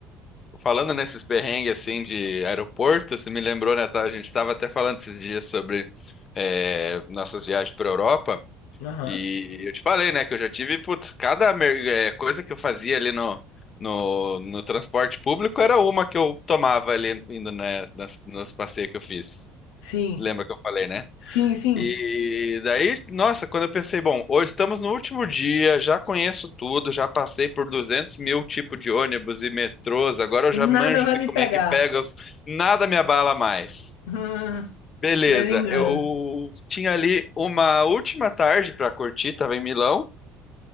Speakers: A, on the left; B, on the left.
A: falando nesses perrengues assim de aeroporto, você me lembrou, né? tá? A gente estava até falando esses dias sobre é, nossas viagens para Europa.
B: Aham.
A: E eu te falei, né, que eu já tive, putz, cada mer- eh, coisa que eu fazia ali no, no, no transporte público era uma que eu tomava ali indo, né, nas, nos passeios que eu fiz.
B: Sim,
A: Você lembra que eu falei, né?
B: sim, sim.
A: E daí, nossa, quando eu pensei, bom, hoje estamos no último dia, já conheço tudo, já passei por 200 mil tipos de ônibus e metrôs, agora eu já manjo
B: Nada vai
A: de
B: me
A: como
B: pegar.
A: é que pega, os...
B: <laughs>
A: nada me abala mais.
B: Hum,
A: Beleza,
B: Lendo engano.
A: eu tinha ali uma última tarde para curtir, estava em Milão,